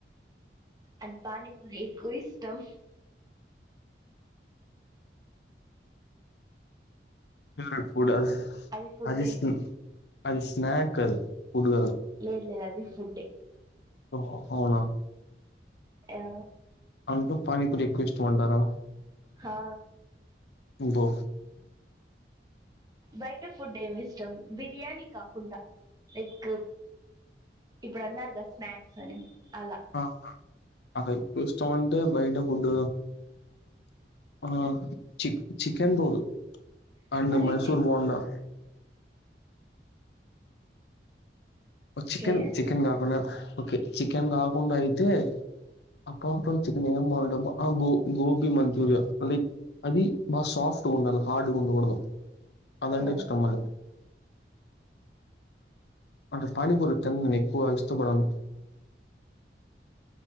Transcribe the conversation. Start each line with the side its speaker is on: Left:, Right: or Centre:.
Right: నాక్ పానీపూరి ఎక్కువ ఇష్టం
Left: ఫెవరెట్ ఫుడ్ యాజ్
Right: అది ఫుడ్డే
Left: అదిస్ని అది స్నాక్ అది ఫుడ్డు కాదు
Right: లేదు లేదు అది ఫుడ్డే
Left: ఓహో అవునా.
Right: యా
Left: అందుకు పానీపూరి ఎక్కువ ఇష్టంమంటారా
Right: హా
Left: నువుబో
Right: బయట ఫుడ్ ఏం ఇష్టం, బిర్యానీ కాకుండా లైక్ ఇప్పుడు అన్నారుగా స్నాక్స్ అని అలా
Left: ఆహా నాకేం ఇష్టం అంటే బయట ఫుడ్ ఆ చి చికెన్ రోల్ అండ్
Right: మళ్ళీ
Left: మైసూర్ బోండా. ఓ
Right: ఓకే
Left: చికెన్ చికెన్ కాకుండా ఓకే చికెన్ కాకుండా అయితే ఆ పాప్ కార్న్ చికన్ ఏం బావుండదు, ఆ గో గోబి మంచూరియా. లైక్ అది బాగా సాఫ్ట్ గా ఉండాల, హార్డ్ గా ఉండకూడదు అదంటే
Right: ఓ
Left: ఇష్టం మళ్ళీ. అంటే పానిపూరి తినను నేను ఎక్కువగా ఇష్టపడను.